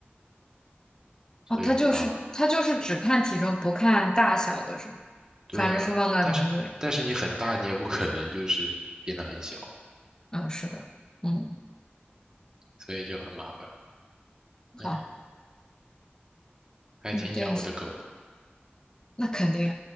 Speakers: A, on the right (about 20°); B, on the left (about 20°).
A: 所以很麻烦。
B: 哦，它就是它就是只看体重不看大小的是吗？
A: 对啊，
B: 反正是放在笼子里。
A: 但是但是你很大，你也不可能就是变得很小，
B: 嗯，是的，嗯，
A: 嗯，所以就很麻烦。哎，
B: 好，
A: 还挺想我的狗的，
B: 嗯，对，那肯定，